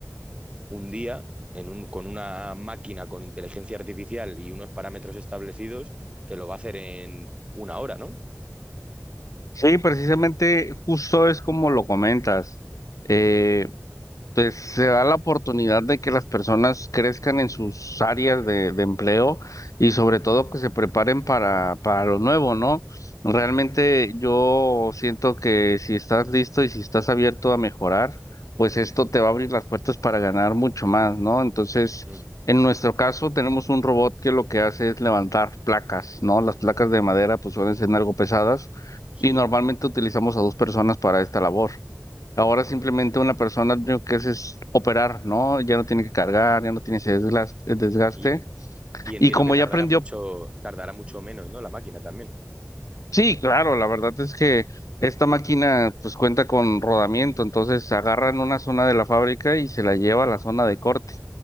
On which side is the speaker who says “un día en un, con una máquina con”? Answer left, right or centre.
Right